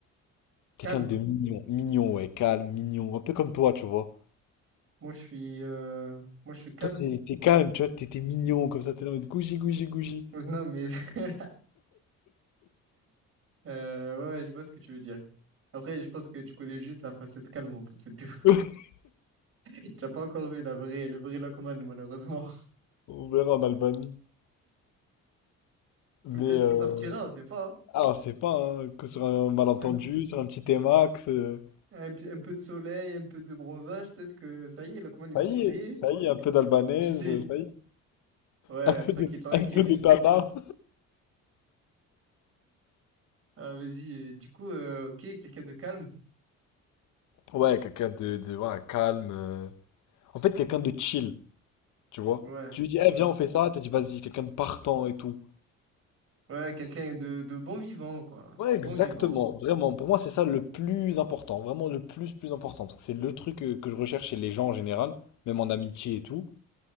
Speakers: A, on the left (about 75°); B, on the right (about 45°).
A: Quelqu'un
B: Calme.
A: de mignon. Mignon, ouais, calme, mignon. Un peu comme toi, tu vois.
B: Moi je suis euh, moi je suis calme.
A: Toi, t'es t'es calme, tu vois, t'es t'es mignon, comme ça, t'es là en mode gougi, gougi, gougi.
B: <laughs> Euh, Non mais <laughs> euh, ouais, ouais, je vois ce que tu veux dire. Après, je pense que tu connais juste la facette calme en fait, c'est tout. <laughs>
A: <laughs>
B: Tu n'as pas encore vu la vraie le vrai Lacomane malheureusement. <laughs>
A: On verra en Albanie. Mais,
B: Peut-être
A: euh,
B: qu'il sortira, on sait pas.
A: ah, on sait pas, hein, que sur un malentendu,
B: hein.
A: sur un petit T-Max, euh,
B: Un, un p- un peu de soleil, un peu de bronzage, peut-être que ça y est, Lacomane il va
A: ça
B: se
A: y
B: réveiller.
A: est, ça y est, un peu d'albanaise,
B: Qui sait?
A: euh, ça y est,
B: Ouais,
A: un peu
B: tranquille,
A: de,
B: tranquille.
A: un peu de tana.
B: <laughs> Ah, vas-y, euh, du coup, euh, ok, quelqu'un de calme.
A: Ouais, quelqu'un de, de, voilà, calme. euh. En fait, quelqu'un de chill. Tu vois?
B: Ouais,
A: Tu lui dis, eh,
B: ouais.
A: viens, on fait ça. Elle te dit, vas-y, quelqu'un de partant et tout.
B: Ouais, quelqu'un de, de bon vivant, quoi.
A: Ouais,
B: Bon
A: exactement.
B: vivant.
A: Vraiment, pour moi, c'est ça le plus important. Vraiment le plus, plus important. Parce que c'est le truc euh, que je recherche chez les gens en général, même en amitié et tout.